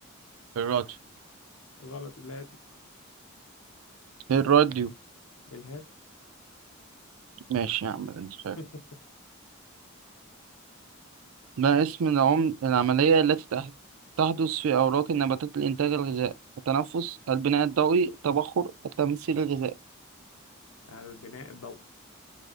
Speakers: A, on the right (about 75°); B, on the left (about 85°).
A: الراديو
B: غلط الهاتف
A: الراديو
B: الهاتف
A: ماشي يا عم انت شايف
B: <laughs>
A: ما اسم العم... العملية التي تح... تحدث في أوراق النباتات لإنتاج الغذاء التنفس البناء الضوئي التبخر التمثيل الغذائي
B: على البناء الضوئي